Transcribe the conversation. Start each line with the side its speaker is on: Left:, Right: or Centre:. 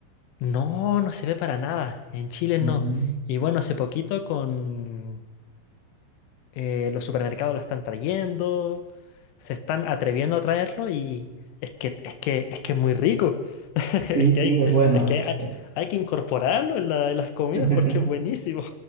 Left: no, no se ve para nada. En Chile no.
Right: Mm,
Left: Y bueno, hace poquito con eh, los supermercados lo están trayendo, se están atreviendo a traerlo y es que es que es que es muy rico. <laughs>
Right: Sí,
Left: Es que
Right: sí,
Left: hay,
Right: es bueno.
Left: es que hay,
Right: Eh,
Left: hay que incorporarlo en la- en las comidas
Right: <laughs>
Left: porque es buenísimo.